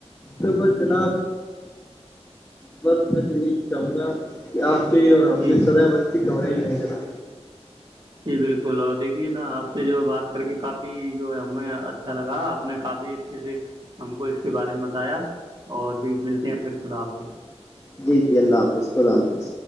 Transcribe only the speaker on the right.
جی
جی بالکل اور دیکھیے نا آپ سے جو ہے بات کر کے کافی جو ہے ہمیں اچھا لگا آپ نے کافی اچھے سے ہم کو اس کے بارے میں بتایا اور ج ملتے ہیں پھر خدا آپ سے